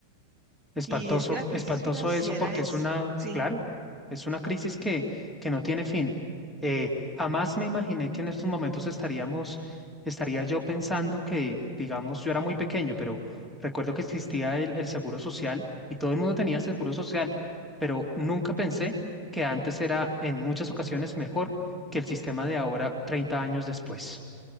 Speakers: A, in the centre; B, on the right.
A: Espantoso,
B: Y es que la crisis
A: espantoso
B: financiera
A: eso porque
B: es,
A: es una,
B: sí,
A: claro, es una crisis que, que no tiene fin. Eh, jamás me imaginé que en estos momentos estaríamos, estaría yo pensando que, digamos, yo era muy pequeño, pero recuerdo que existía el, el seguro social y todo el mundo tenía seguro social, pero nunca pensé que antes era en muchas ocasiones mejor que el sistema de ahora, 30 años después.